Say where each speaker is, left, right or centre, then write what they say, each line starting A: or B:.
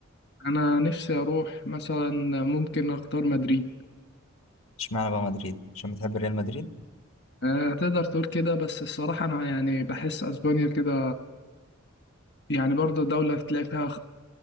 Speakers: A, on the left (about 55°); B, on the left (about 80°).
A: انا نفسي اروح مثلا ممكن اختار مدريد
B: اشمعنى بقى مدريد عشان بتحب ريال مدريد
A: أه تقدر تقول كده بس الصراحة أنا يعني بحس أسبانيا كده يعني برضه دولة تلاقي فيها